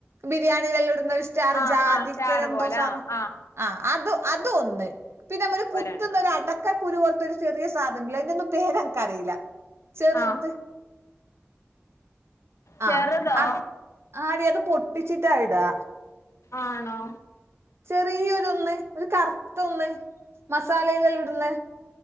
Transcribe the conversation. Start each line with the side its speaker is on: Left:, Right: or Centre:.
Right: ബിരിയാണിലേല്ലാം ഇടുന്ന. ചർ
Left: ആ
Right: ജാതിക്കരന്തോ
Left: ആ ചാറ് പോലെ
Right: സാധനം.
Left: ആ ആ
Right: ആഹാ അത് അത്‌ ഒന്ന്, പിന്നെ നമ്മ ഒരു
Left: ഒരെണ്ണം
Right: കുത്തുന്നൊരു അട- ക്കരു പോലത്തെ ഒരു ചെറിയ സാധനല്ലേ, അതിനൊന്നും പേരെനികഅറിയില്ല. ചെറുത്
Left: ആ ചെറുതോ
Right: ആഹാ.. ! ആദ്യം അത് പൊട്ടിച്ചിട്ടാ ഇടാ.
Left: ആണോ?
Right: ചെറിയരുഒന്ന് ഒരു കറുത്ത ഒന്ന് മസാല ഇല്ലാം ഇടുന്ന.